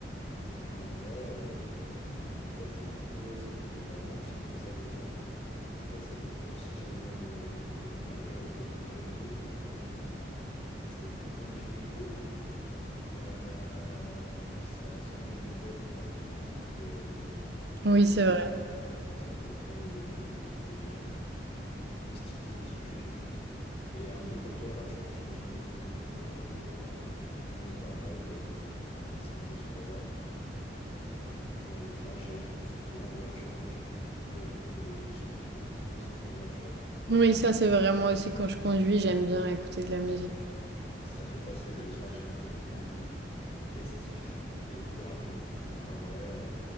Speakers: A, on the left; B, on the right.
A: Donc en vrai, euh, le jazz, c'est plutôt, c'est plutôt pas mal. Je trouve que ça détend. Après, ça dépend aussi. J'aime bien le, j'aime bien le, le reggae, du coup, comme j'ai dit. Parce que je trouve que quand il fait beau... Euh, ça, ça met de bonne humeur. Donc, euh,
B: Oui, c'est
A: donc
B: vrai.
A: voilà, c'est à peu près les, les, les styles de musique que j'écoute. Et un peu comme toi, alors je pense que je n'écoute un peu moins que toi, mais pareil, euh, à la salle de sport, euh, pour les trajets, surtout en voiture. Moi, j'écoute beaucoup de, voit- de, j'écoute beaucoup de musique en voiture.
B: Oui, ça c'est vraiment aussi quand je conduis, j'aime bien écouter de la musique.
A: Ouais, je trouve. que Ça fait passer le trajet un peu plus festif et plus rapide. Donc en vrai. euh,